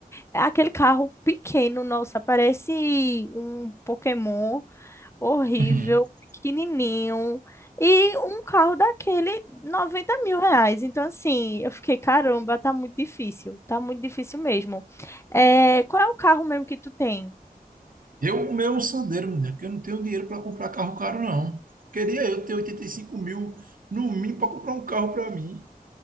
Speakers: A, on the left (about 15°); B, on the right (about 65°).
A: aquele carro pequeno, nossa, parece um Pokémon horrível,
B: <laughs>
A: pequenininho. E um carro daquele, 90 mil reais. Então, assim, eu fiquei, caramba, tá muito difícil. Tá muito difícil mesmo. É, qual é o carro mesmo que tu tem?
B: Eu, o meu é um Sandero, menina, que eu não tenho dinheiro para comprar carro caro, não. Queria eu ter 85 mil no mínimo para comprar um carro para mim.